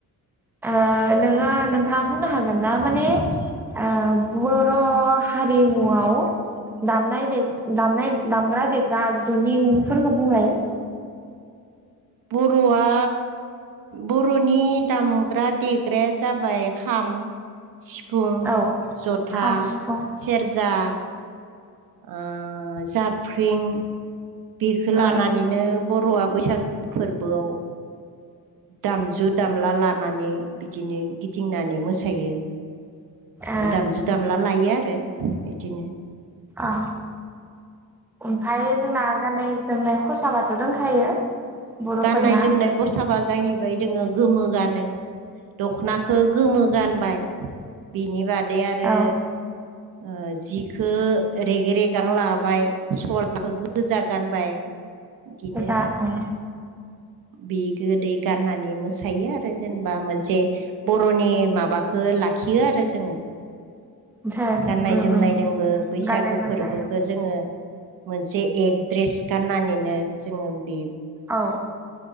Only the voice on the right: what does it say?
बर'आ बर'नि दामग्रा देग्राया जाबाय खाम सिफुं,
जथा,
सेरजा, ओ जाफ्रिं बेखो लानानैनो
बर'आ बैसागु फोरबोआव दामजु दामला लानानै बिदिनो गिदिंनानै मोसायो।
दामजु दामला लायो आरो बिदिनो।
गाननाय जोमनाय फसाबा जाहैबाय जोङो गोमो गानो दख'नाखौ गोमो गानबाय बिनि बादै आरो
ओ जिखो रेगे रेगां लाबाय सलाखो गोजा गानबाय इदिनो
बि गोदै गाननानै मोसायो आरो जेनेबा मोनसे बर'नि माबाखो लाखियो आरो जोङो।
गाननाय
जोमनायदोंबो
बैसागो
फोरबोखौ जोङो मोनसे एक द्रेस गाननानैनो जोङो बे